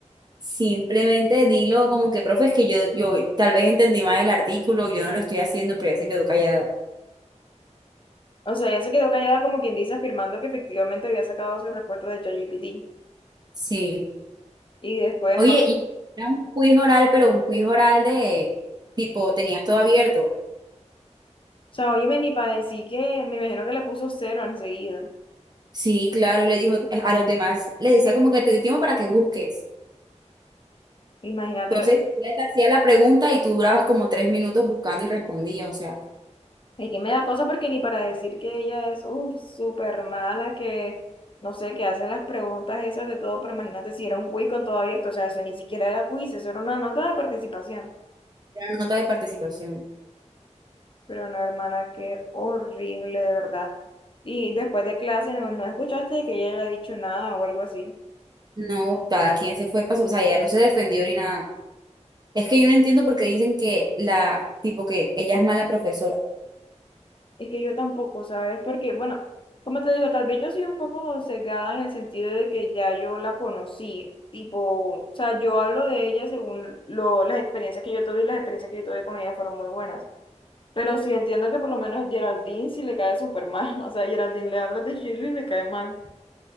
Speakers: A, on the right (about 35°); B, on the left (about 45°).
A: simplemente dilo como que, profe, es que yo, yo tal vez entendí mal el artículo, yo no lo estoy haciendo, pero ella se quedó callada.
B: O sea, ella se quedó callada como quien dice, afirmando que efectivamente había sacado su reporte de ChatGPT.
A: Sí.
B: Y después
A: Oye,
B: no.
A: y era un quiz oral, pero un quiz oral de tipo, tenías todo abierto.
B: O sea, óyeme, ni para decir que me imagino que le puso cero enseguida.
A: Sí, claro, y le dijo eh, a los demás, le decía como que te di tiempo para que busques.
B: Imagínate.
A: Entonces, ella te hacía la pregunta y tú durabas como tres minutos buscando y respondías, o sea,
B: Es que me da cosa porque ni para decir que ella es uf, súper mala, que no sé, que hace las preguntas esas de todo, pero imagínate si era un quiz con todo abierto, o sea, eso ni siquiera era quiz, eso era una nota de participación.
A: era una nota de participación.
B: Pero no, hermana, qué horrible, de verdad. Y después de clase no, no escuchaste que ella haya dicho nada o algo así.
A: No, cada quien se fue para su, o sea, ella no se defendió ni nada. Es que yo no entiendo por qué dicen que la, tipo que ella es mala profesora.
B: Es que yo tampoco, ¿sabes? Porque, bueno, como te digo, tal vez yo soy un poco sesgada en el sentido de que ya yo la conocí, tipo, o sea, yo hablo de ella según lo, las experiencias que yo tuve y las experiencias que yo tuve con ella fueron muy buenas. Pero sí entiendo que por lo menos Geraldine sí le cae súper mal, <laughs> o sea, Geraldine le hablas de Shirley y le cae mal.